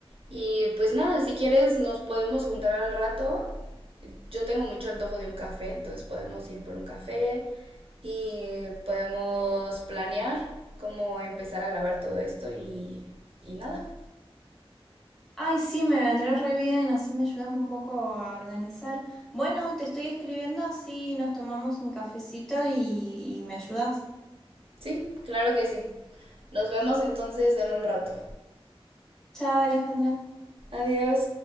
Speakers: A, on the right; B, in the centre.
A: Y pues nada, si quieres nos podemos juntar al rato. Yo tengo mucho antojo de un café, entonces podemos ir por un café y podemos planear cómo empezar a grabar todo esto y, y nada.
B: Ay, sí, me vendría re bien, así me ayudas un poco a organizar. Bueno, te estoy escribiendo, así nos tomamos un cafecito y, y me ayudas.
A: Sí, claro que sí. Nos vemos entonces en un rato.
B: Chao, Alejandra.
A: Adiós.